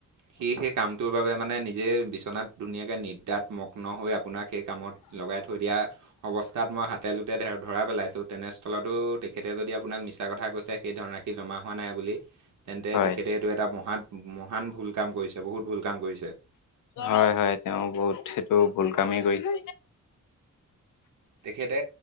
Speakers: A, on the right (about 70°); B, on the left (about 85°).
A: সি সেই কামটোৰ বাবেই মানে নিজে বিচনাত ধুনীয়াকে নিদ্ৰাত মগ্ন হৈ আপোনাক সেই কামত, লগাই থৈ দিয়া অৱস্থাত মই হাতে লোতে ধৰা পেলাইছোঁ, তেনেস্থলতো তেখেতে যদি আপোনাক মিছা কথা কৈছে সেই ধনৰাশি জমা হোৱা নাই বুলি, তেন্তে
B: হয়
A: তেখেতে এটো এটা মহান মহান ভুল কাম কৰিছে বহুত ভুল কাম কৰিছে।
B: হয়, হয়। তেওঁ বহুত সেইটো ভুল কামেই কৰিছে।
A: তেখেতে,